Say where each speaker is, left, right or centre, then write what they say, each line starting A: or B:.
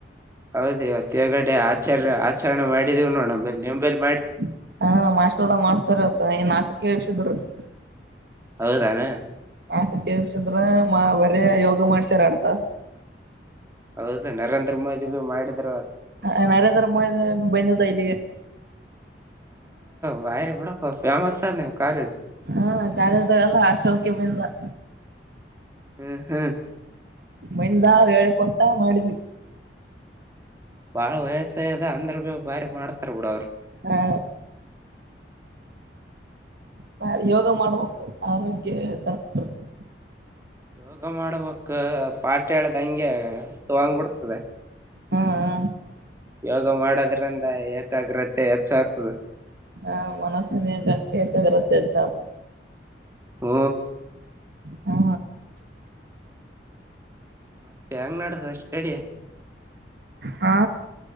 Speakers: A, on the right; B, on the right.
A: ಹೌದು ಇವತ್ತ ಹೊಗಡೆ ಆಚಾರ್ಯ ಆಚರಣೆ ಮಾಡಿದವು ನೋ <unintelligible>
B: ಹ <unintelligible>
A: ಹೌದಾನ
B: ಯಾಕ <unintelligible> ಯೋಗ ಮಾಡ್ಸಾರ ಎರಡ್ ತಾಸ್
A: ಹೌದಾ ನರೇಂದ್ರ ಮೋದಿ ಬಿ ಮಾಡಿದ್ರ
B: ಆ ನರೇಂದ್ರ ಮೋದಿ ಬಂದಿದ್ದ <unintelligible> ಇಲ್ಲಿಗೆ
A: ಬರೆ <unintelligible> ಬಿಡಪ್ಪ ಫೇಮಸ್ ಅದ ನಿಮ್ ಕಾಲೇಜ್
B: ಹ್ಮ ಕಾಲಜ್ದಾಗ <unintelligible> ಎಲ್ಲ ಆಶ್ರಮಕ್ಕೆ ಬಂದಿದ್ದ.
A: <unintelligible>
B: ಬಂದ <unintelligible> ಹೇಳ ಕೊಟ್ಟ ಮಾಡಿದ್ವಿ.
A: ಬಾಳ ವಯಸ್ಸದ ಅಂದ್ರ ಭ ಭಾರಿ ಮಾಡ್ತಾರ ಬಿಡ ಅವರು.
B: ಆ ಬ <unintelligible> ಯೋಗ ಮಾಡ್ಬೇಕು ಆರೋಗ್ಯ ಕರೆಕ್ಟ್ಬೇಕು.
A: ಯೋಗ ಮಾಡಬೇಕ ಪಾಠ ಹೇಳ್ದ ಹಂಗೆ ತಗೊಂಡ್ಬಿಡ್ತದೆ.
B: ಹಾ ಹ
A: ಯೋಗ ಮಾಡೋದ್ರಿಂದ ಏಕಾಗ್ರತೆ ಹೆಚ್ಚಾಗ್ತದೆ.
B: ಆ ಮನಸ್ಸಿನ ಏಕ್ ಏಕಾಗ್ರತೆ ಎಚ್ಚಾತದೆ
A: ಹೂ
B: ಹೂ
A: ಮತ್ತೆ ಹೆಂಗ್ ನಡಿತದ ಸ್ಟಡಿ
B: ಹಾ